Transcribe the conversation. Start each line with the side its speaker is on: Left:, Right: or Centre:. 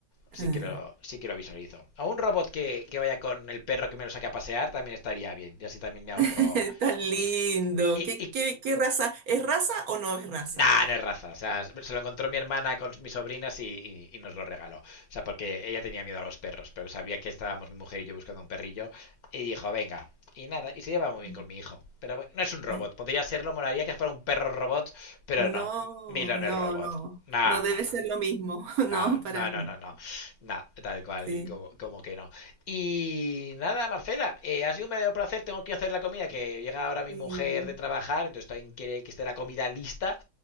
Left: sí
Right: Ah.
Left: que lo, sí que lo visualizo. O un robot que, que vaya con el perro que me lo saque a pasear también estaría bien. Y así también me ahorro
Right: <laughs> Tan
Left: vida.
Right: lindo.
Left: Y,
Right: ¿Qué,
Left: y
Right: qué, qué raza? ¿Es raza o no es raza?
Left: Nah, no es raza. O sea, se lo encontró mi hermana con mis sobrinas y, y- y nos lo regaló. O sea, porque ella tenía miedo a los perros, pero sabía que estábamos mi mujer y yo buscando un perrillo. Y dijo, venga. Y nada, y se lleva muy bien
Right: Mm.
Left: con mi hijo. Pero bueno, no es un robot.
Right: Eh,
Left: Podría serlo, molaría que fuera un perro robot, pero
Right: No,
Left: no. Milo no
Right: no,
Left: es robot.
Right: no.
Left: Nah,
Right: No debe
Left: no, no.
Right: ser lo mismo. <laughs>
Left: No,
Right: No, para
Left: no,
Right: nada.
Left: no, no, no. No, tal cual,
Right: Sí,
Left: como, como que no. Y nada, Marcela, eh, ha sido un verdadero placer. Tengo que hacer la comida, que llega ahora mi
Right: sí,
Left: mujer de trabajar, entonces también quiere que esté la comida lista.